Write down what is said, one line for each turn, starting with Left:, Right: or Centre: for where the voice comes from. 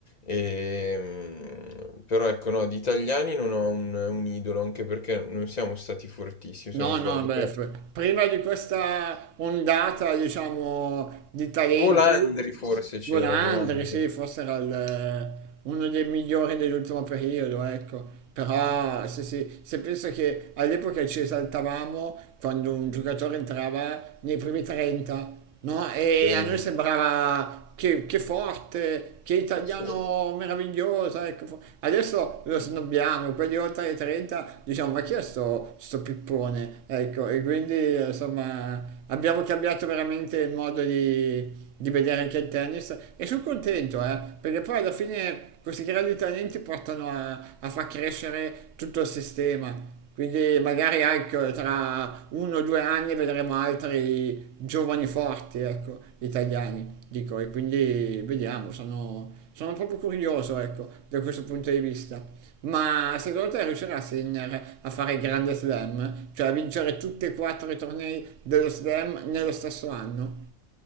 Left: E, mm, però ecco, no, di italiani non ho un, un idolo, anche perché non siamo stati fortissimi,
Right: No,
Left: se non sbaglio.
Right: no, beh,
Left: Però...
Right: f- prima di questa ondata, diciamo, di talenti,
Left: Volandri forse c'era,
Right: Golandri,
Left: Volandri.
Right: sì, forse era il, uno dei migliori dell'ultimo periodo, ecco. Però se, se, se penso che all'epoca ci esaltavamo quando un giocatore entrava nei primi 30, no? E
Left: Veramente.
Right: a noi sembrava che, che forte, che italiano
Left: Sì. sì.
Right: meraviglioso, ecco. Fo- Adesso lo snobbiamo, quelli oltre i 30 diciamo ma chi è sto, sto pippone? Ecco, e quindi insomma abbiamo cambiato veramente il modo di di vedere anche il tennis e sono contento, eh, perché poi alla fine questi grandi talenti portano a, a far crescere tutto il sistema. Quindi magari ecco, tra uno o due anni vedremo altri giovani forti, ecco, italiani, dico, e quindi vediamo, sono, sono proprio curioso, ecco, da questo punto di vista. Ma secondo te riuscirà Sinner a fare il grande slam? Cioè a vincere tutti e quattro i tornei dello slam nello stesso anno?